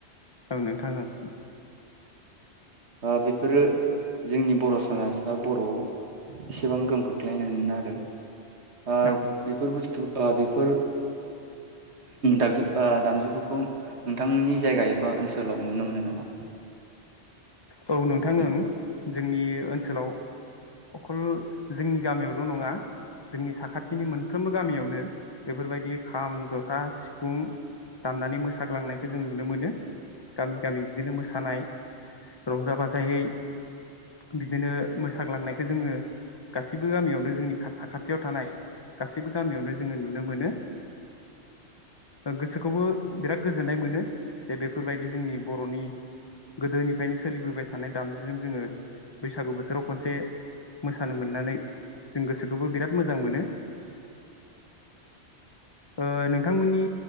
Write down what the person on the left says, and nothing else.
ओं नोंथा औ <inaudible>
औ
औ
औ नोंथां ओं जोंनि ओनसोलाव अखल जोंनि गामियावल' नङा जोंनि साखाथिनि मोनफ्रोमबो गामियावनो बेफोरबायदि खाम जथा सिफुं दामनानै मोसाग्लांनायखौ जों नुनो मोनो गामि गामि बिदिनो मोसानाय रंजा बाजायै बिदिनो मोसाग्लांनायखो जोङो गासैबो गामियावनो जोंनि साखाथियाव थानाय गासैबो गामियावनो जोङो नुनो मोनो गोसोखौबो बिराद गोजोननाय मोनो जे बेफोरबायदि जोंनि बर'नि गोदोनि ायनो सोलिबोबाय थानाय दामजुजों जोङो बैसागु बोथोराव खनसे मोसानो मोननानै जों गोसोखौबो बिराद मोजां मोनो ओ नोंथांमोनि